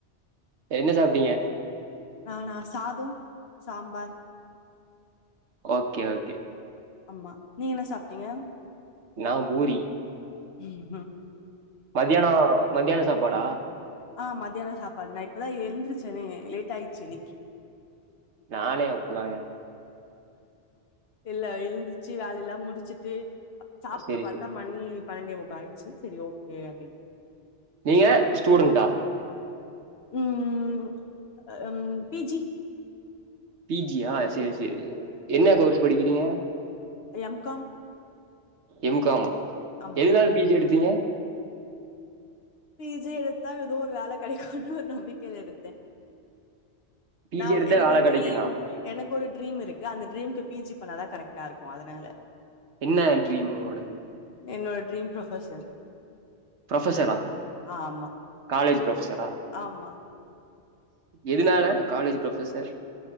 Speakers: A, on the right; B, on the left.
A: என்ன சாப்டீங்க
B: நானா சாதோ சாம்பார்
A: ஓகே ஓகே
B: ஆமா நீங்க என்ன சாப்டீங்க
A: நான் பூரி
B: ம் ம்
A: மதியானோ மத்தியானோ சாப்பாடா
B: ஆ மத்தியானோ சாப்பாடு நா இப்பதா எழுந்துருச்சனே லேட் ஆய்ச்சு இன்னக்கி
A: நானே அப்புதாங்க
B: இல்ல எழுந்துச்சு வேலெல்லா முடிச்சுட்டு சாப்புட
A: சரி
B: பாத்தா
A: சரி
B: மணி பணண்டேமுக்கா ஆய்ச்சு செரி ஓகே அப்டின்
A: நீங்க ஸ்டூடண்ட்டா
B: ம் ம் அ ம் பி ஜி
A: பி ஜி யா சேரி சேரி என்ன கோர்ஸ் படிக்கிறீங்க
B: எம் காம்
A: எம் கா மா
B: ஆமா
A: எதுனால பி ஜி எடுத்தீங்க
B: பி ஜி எடுத்தா எதோ ஒரு வேல கெடைக்குன்ற ஒரு நம்பிக்கைல எடுத்தே
A: பிஜி
B: நா
A: எடுத்தா
B: எனக்கு
A: வேலை
B: ஒரு
A: கிடைக்கும்னா
B: ட்ரீம் எனக்கு ஒரு ட்ரீம் இருக்கு அந்த ட்ரீம்க்கு பி ஜி பண்ணாதா கரெக்ட்டா இருக்கு அதுனால
A: என்ன ட்ரீம் உங்ளோடது
B: என்னோட ட்ரீம் புரொபசர்
A: புரொபசரா
B: ஆமா
A: காலேஜ் புரொப்சரா
B: ஆமா
A: எதுனால college professor